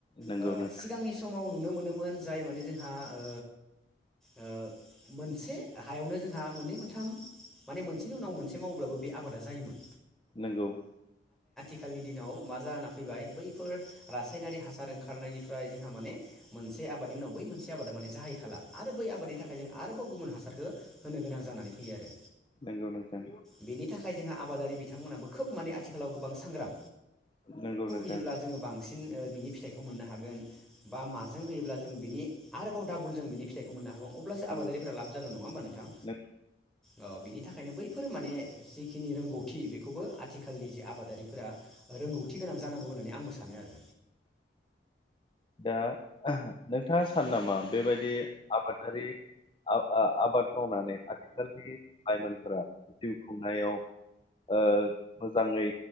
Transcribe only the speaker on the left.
नंगौ
नोंथां
नोंगौ।
नंगौ नोंथां
नंगौ नों
नंगौ
नों
दा नोंथाङा सानो नामा बेबायदि आबादारि आबा आबाद मावनानै आथिखालनि लाइमोनफोरा जिउ खुंनायाव ओ मोजाङै